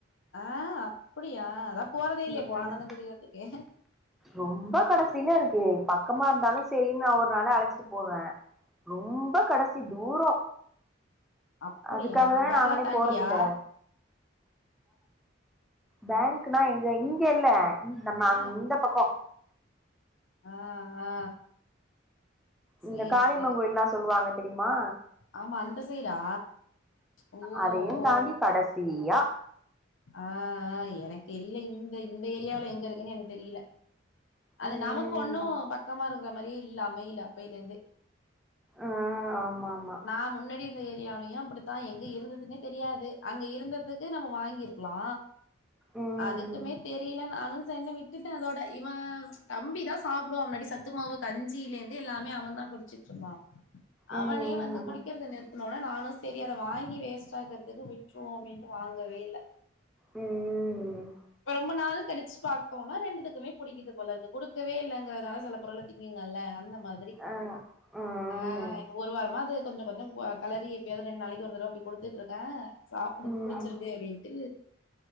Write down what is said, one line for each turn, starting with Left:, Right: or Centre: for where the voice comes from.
Left: ஆ அப்டியா அதான் போறதே இல்லையே
Centre: ம்
Left: போனா தானே தெரியதுக்கு
Centre: ரொம்ப கடைசியில இருக்கு பக்கமா இருந்தாலும் சேரின்னு நா ஒரு நாளு அழச்சிட்டு போவேன் ரொம்ப கடைசி தூரம்
Left: அப்டியா
Centre: அதுக்காக தான்
Left: பேக்லா
Centre: நாங்களே
Left: தாண்டியா
Centre: போறதுல்ல பேங்க்னா எங்க இங்க இல்ல நம்ம
Left: ஆ
Centre: அந்த பக்கம்
Left: ஆ ஆ சேரி
Centre: இந்த காளியமங்க
Left: சேரி
Centre: கோவில் எல்லா சொல்லுவாங்க தெரியுமா
Left: ஆமா அந்த சைடா ஓ ஓ
Centre: அதையு தாண்டி கடசீயா
Left: ஆ ஆ எனக்கு தெரில இந்த இந்த ஏரியால எங்க இருக்குன்னு எனக்கு தெரில அது
Centre: ம்
Left: நமக்கு ஒன்னு பக்கமா இருக்கற மாரியே இல்ல அமயில அப்பேயில இருந்தே
Centre: ஆ ஆமா ஆமா
Left: நா முன்னடி இருந்த ஏரியாவுலயு அப்பிடிதா எங்க இருந்ததுன்னே தெரியாது அங்க இருந்ததுக்கு நம்ம வாங்கியிருக் லா
Centre: ம்
Left: அதுக்குமே தெரில நானு செரினு விட்டிட்டே அதோட இவ தம்பி தா சாப்டுவா முன்னாடி சத்து மாவு கஞ்சியிலேருந்து எல்லாமே அவன்தா குடிச்சிட்டு இருந்தா அவனே
Centre: ம்
Left: வந்து குடிக்கறது
Centre: ம்
Left: நிறுத் ன்னோனே நானு செரி அத வாங்கி வேஸ்ட் ஆக்கறதுக்கு விட்டுருவோ அப்டின்ட்டு வாங்கவே இல்ல
Centre: ம்
Left: இப்ப ரொம்ப நாள் கழிச்சு பாத்தோம்னா ரெண்டுதுக்குமே புடிக்குது போல இக்குது குடு குடுக்கவே இல்லங்கிறது நாள சில பொருள திங்குங்கல்ல அந்த மாதிரி
Centre: ஆ ம்
Left: ஆ ஒரு வாரமா அது கொஞ்சோ கொஞ்சோ கெலறி எதோ ரெண்டு நாளைக்கு ஒரு தடவ அப்டி குடுத்துட்டு இருக்கே சாப்பிடுது
Centre: ம்
Left: புடிச்சிருக்கு அப்டின்ட்டு